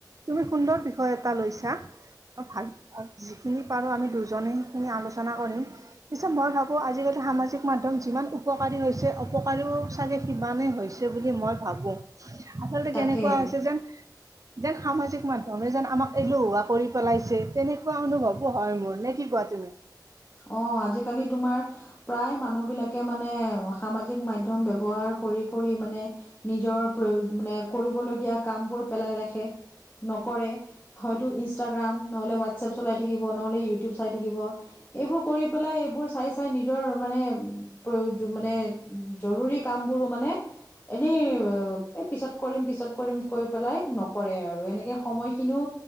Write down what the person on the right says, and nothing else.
তুমি সুন্দৰ বিষয় এটা লৈছা ভাল ভাল যিখিনি পাৰো আমি দুজনে সেইখিনি আলোচনা কৰিম। পিছে মই ভাবো আজিকালি সামাজিক মাধ্যম যিমান উপকাৰী হৈছে অপকাৰীও চাগে সিমানেই হৈছে বুলি মই ভাবো আচলতে
কেনেকুৱা হৈছে যেন যেন সামাজিক মাধ্য মাধ্যম যেন আমাক এলোহোৱা কৰি পেলাইছে তেনেকুৱা অনুভৱো হয় মোৰ নে কি কোৱা তুমি